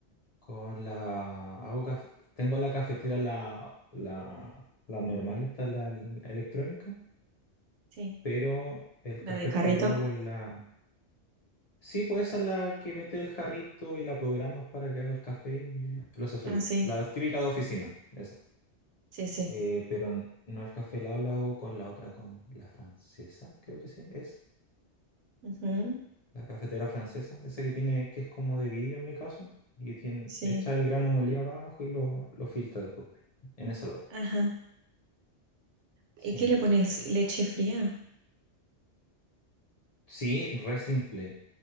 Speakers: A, on the left; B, on the right.
A: Con la. Hago caf- Tengo en la cafetera la, la, la normal, está la el- electrónica.
B: Sí.
A: Pero el
B: ¿La
A: café
B: de jarrito?
A: frío lo hago en la. Sí, pues esa es la que mete el jarrito y la programas para que haga el café y lo hace solito.
B: Ah, sí,
A: La típica de oficina, esa.
B: sí, sí.
A: Eh, pero n- no el café helado lo hago con la otra, con la francesa, creo que sí, es.
B: Ujú,
A: La cafetera francesa, esa que tiene, que es como de vidrio en mi caso, y que tiene,
B: sí.
A: echa el grano molido abajo y lo, lo filtra después. En ese lado.
B: Ajá.
A: Sí.
B: ¿Y qué le pones? ¿Leche fría?
A: Sí, re simple.